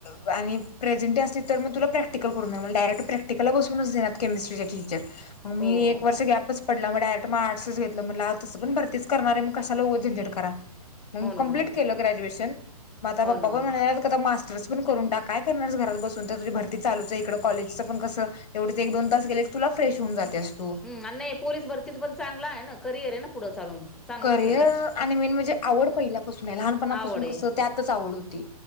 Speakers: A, on the left (about 85°); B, in the centre.
A: अ आणि प्रेझेंटी असली तर मग तुला प्रॅक्टिकल करून देणार डायरेक्ट प्रॅक्टिकला बसूनच देणार केमिस्ट्री तिला नक्की विचार मी
B: हो हो
A: एक वर्ष गप‌च पडला मग आठशे एक नंबरला तसं पण भरतीच करणार आहे मग कशाला उगो झंणझट करा
B: हो ना
A: कल्पीट
B: हो ना हो
A: केल ग्रजऐशन मग आता मग पप्पा
B: ना हो
A: म्हणाल्यात
B: ना
A: आहेत की मास्टर पण तस करून टाका काय करणार घरात बसून तर तस भरती चालूच आहे इकडे कॉलेजचं पण कस तेवढंच एक दोन तास गेले तुलाच फ्रेश होऊन जातेस तू
B: हम आणि नाही पोलीस भरतीच पण चांगलाय आहे ना करिअर आहे ना पुढं चालून चांगलंच
A: करिअर
B: आहे ना
A: आणि मेन म्हणजे आवड पहिल्यापासून आहे लहानपणापासून
B: आवड
A: कसं
B: आहे
A: त्यातच आवड होती